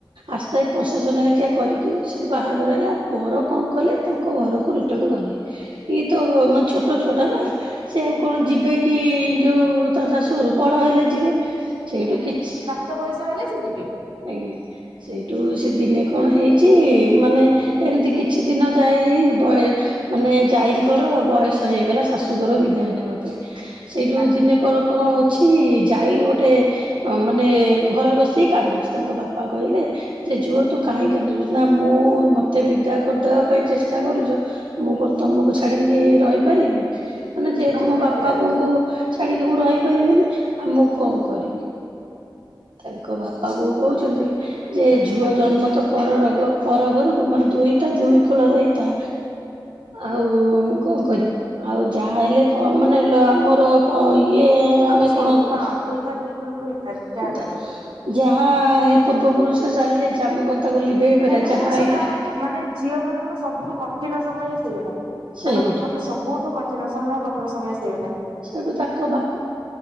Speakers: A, on the right; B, on the right.
A: ଆସ୍ଥାଇ ପ୍ରସେସନ ହେରିକା କରିକି। ସେଇଠୁ ବାହାଘର ହେଲା ବର କଣ କଲେ ତାଙ୍କ ଘରକୁ ରିଟନ୍ ଗଲେ। ଇଏ ତ ମାନେ ଛୋଟ ଛୁଆ ଟା ନା। ସିଏ ଆଉ କଣ ଯିବେ କି ଯୋଉ ତା ଶାଶୁ ଘରୁ ବଡ ହେଲେ ଯିବେ ସେଇଠୁ କିଛି।
B: ତ ବୟସ ହେଲେ ସେ ଯିବେ।
A: ଆଜ୍ଞା ସେଇଠୁ ସେ ଦିନେ କଣ ହେଇଚି। ମାନେ ଏମତି କିଛି ଦିନ ଯାଇ ଏଇ ବୟେ। ମାନେ ଯାଇଙ୍କର ବୟସ ହେଇଗଲା ଶାଶୁଘର ବିଦାୟ ନେବା ପାଇଁ। ସେଇଠୁ
B: ଆଜ୍ଞା
A: ଦିନେକର କଣ ଅଛି। ଯାଇ ଗୋଟେ ମାନେ ଘରେ ବସିକି କାନ୍ଦୁଛି ତାଙ୍କ ବାପା କହିଲେ ଯେ ଝୁଅ ତୁ। କାହିଁ କାନ୍ଦୁଛୁ ନା ମୁଁ ମତେ ବିଦା କରିଦବା ପାଇଁ ଚେଷ୍ଟା କରୁଚ ମୁଁ କଣ ତମକୁ ଛାଡି କି ରହିପାରିବି ମାନେ ଯେହେତୁ
B: ରହିପାରିବେ
A: ମୋ ବାପା
B: ଆଜ୍ଞା।
A: ବୋଉଙ୍କୁ। ଛାଡିକି ମୁଁ ରହିପାରିବିନି ଆ ମୁଁ କ କରିବି ତାଙ୍କ ବାପା ବୋଉ ତ ଯେ ଯେ ଝୁଅ ଜନ୍ମ ତ ପରର ଘ ପର ଘରୁକୁ ମାନେ ଦୁହିତା ଦୁଇ କୋଳର ର ହିତା। ଆଉ କଣ କରିବି ଆଉ ଯାହା ହେଲେ ପ ମାନେ ଲ ଆମର। ତ ଇଏ ଆମେ
B: ଅଛି
A: କଣ
B: ହଁ
A: କ
B: ଦୁଇତା ଦୁଇ କୁଳକୁ ହିତା
A: କଥା।
B: ଯାହା କହିଲ।
A: ଯାହା ହେ ପୂର୍ବ ପୁରୁଷ ଚାଲି ଯାଇଚି ଆମେ କଣ ତାକୁ ଲିଭେଇ ପାରିବା
B: ପୂର୍ବ
A: ଯାହା
B: ପୁରୁଷ
A: ଏଇଟା।
B: ତାପରେ ମାନେ ଝିଅ ମାନଙ୍କର ସବୁଠୁ କଠିନ ସମୟ ହିଁ ସେଇଗୋଟା।
A: ସେଇ
B: ତାଙ୍କ
A: ଗୋଟା
B: ଜୀବନର ସବୁଠୁ କଠିନ ସମୟ କଠୋର ସମୟ ସେଇଗୋଟା।
A: ସେଠୁ ତାଙ୍କ ବା